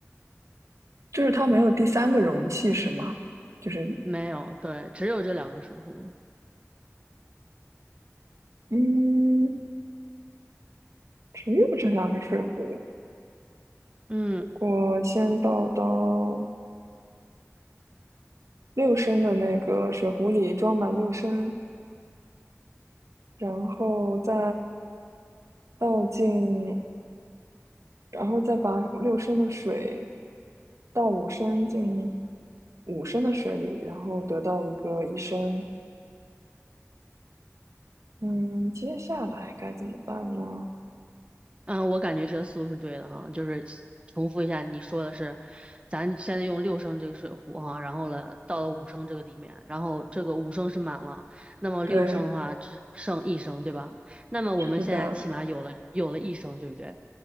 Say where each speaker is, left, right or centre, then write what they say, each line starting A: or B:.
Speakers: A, on the right; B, on the right.
A: 就是它没有第三个容器是吗？就是
B: 没有，对，只有这两个水壶。
A: 嗯，只有这两个水壶。
B: 嗯
A: 我先倒到。六升的那个水壶里装满六升，然后再倒进，然后再把六升的水倒五升进五升的水里，然后得到一个一升。嗯，接下来该怎么办呢？
B: 嗯，我感觉这个思路是对的哈，就是重复一下你说的是，咱现在用六升这个水壶哈，然后了到了五升这个里面，然后这个五升是满了，那么六升的话只剩一升，
A: 对，
B: 对吧？那么我们现在起码有了有了一升，
A: 是的，
B: 对不对？